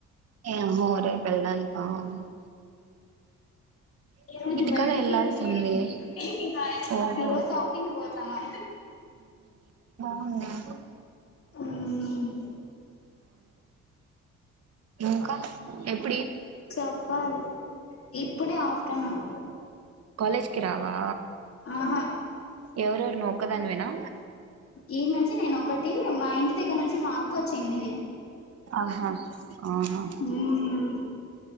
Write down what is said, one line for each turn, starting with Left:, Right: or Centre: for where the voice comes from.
Right: ఎం హోరే పెళ్ళానికి బా <unintelligible>
Left: ఈరోజు బయటికి
Right: కదా వెళ్లాల్సింది
Left: రేపు ఇంటికి ఈ
Right: ఓహో
Left: రోజు ఔటింగ్ పోతాన్నా
Right: అవునా
Left: హ్మ్
Right: ఇంకా ఎప్
Left: చెప్పాలి ఇప్పుడే ఆఫ్టర్నూన్
Right: కాలేజ్ కి రావా
Left: ఆహా
Right: ఎవరెవరు నువ్వు ఒక్కదానివేనా
Left: ఈడ్ నుంచి నేను ఒకటి మా ఇంటికి దిగ్గర్నుంచి మాక్ కోచ్చింది
Right: ఆహా ఆహా
Left: హ్మ్